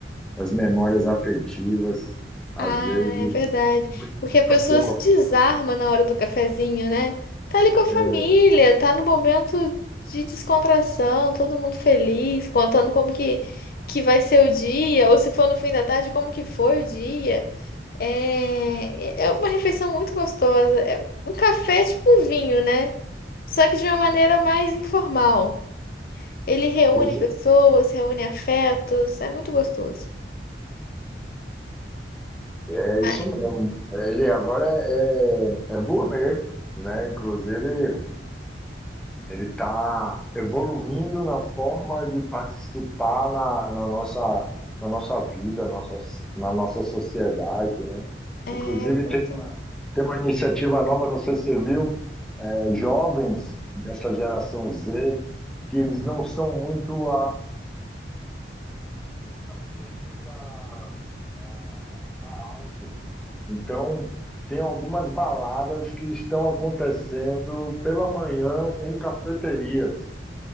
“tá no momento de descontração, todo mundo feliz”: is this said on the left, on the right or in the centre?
Left